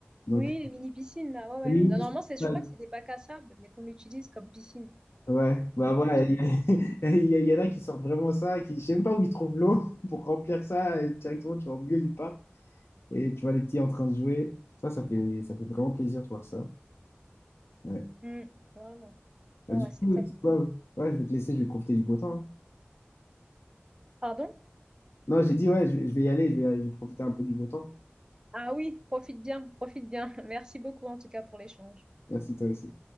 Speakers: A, on the left; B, on the right.
A: Donc,
B: Oui, les mini piscines là, ouais ouais.
A: oui,
B: Non, Normalement, c'est
A: ouais,
B: je crois que c'est des bacs à sable, mais qu'on l'utilise comme piscine,
A: Ouais. bah
B: comme
A: voilà,
B: petite.
A: il y, a- <laughs> il y a- il y en a qui sortent vraiment ça, qui, je sais même pas où ils trouvent l'eau <laughs> pour remplir ça et directement, tu vas au milieu du parc et tu vois les petits en train de jouer. Ça, ça fait, ça fait vraiment plaisir de voir ça. Ouais.
B: Mm. Vraiment.
A: Bah,
B: Ouais,
A: du
B: ouais, c'est
A: coup,
B: top.
A: tu vois, ouais, je vais te laisser, je vais profiter du beau temps. hein.
B: Pardon?
A: Non, j'ai dit, ouais, je, je vais y aller, je vais, je vais profiter un peu du beau temps.
B: Ah oui, profite bien, profite bien. <laughs> Merci beaucoup en tout cas pour l'échange.
A: Merci, toi aussi.